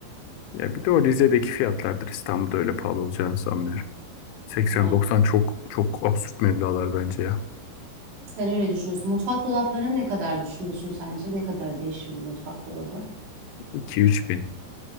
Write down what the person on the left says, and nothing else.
Ya bir de o Rize'deki fiyatlardır İstanbul'da öyle pahalı olacağını sanmıyorum. 80-90
çok çok absürt meblağlar bence ya.
2-3 bin.